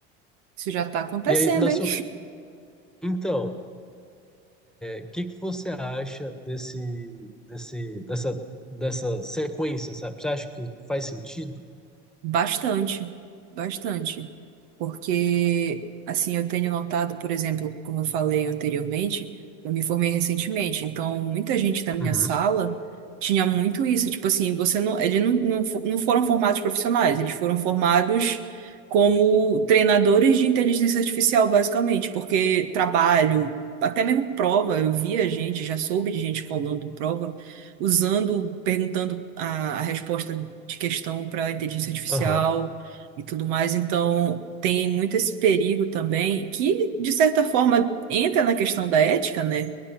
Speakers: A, on the right; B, in the centre.
A: Isso já tá acontecendo,
B: E aí, na
A: hein?
B: sua, então, O que que você acha desse, desse, dessa, dessa sequência, sabe? Você acha que faz sentido?
A: Bastante, bastante. Porque, assim, eu tenho notado, por exemplo, como eu falei anteriormente, eu me formei recentemente, então muita gente da minha
B: Uhum.
A: sala tinha muito isso. Tipo assim, você não, eles não, não, fo- não foram formados profissionais, eles foram formados como treinadores de inteligência artificial, basicamente, porque trabalho, até mesmo prova, eu via gente, já soube de gente colando prova usando, perguntando a, a resposta de questão para inteligência artificial
B: Aham,
A: e tudo mais. Então, tem muito esse perigo também, que, de certa forma, entra na questão da ética, né?